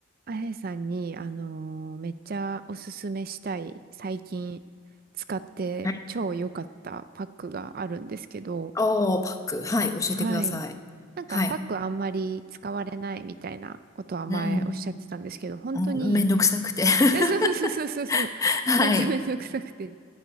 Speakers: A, on the right (about 45°); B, on the left (about 15°).
A: あやさんに、あのーめっちゃおすすめしたい、最近使って超良かったパックがあるんですけど、
B: はい。ああ、パック。はい、教えてください。
A: はい。なんかパックあんまり使われないみたいなことは前おっしゃってたんですけど、
B: はい。うん。
A: 本当に、
B: うんめんどくさくて <laughs>
A: <laughs> えそうそうそうそうそう、
B: はい。
A: めっちゃめんどくさくて。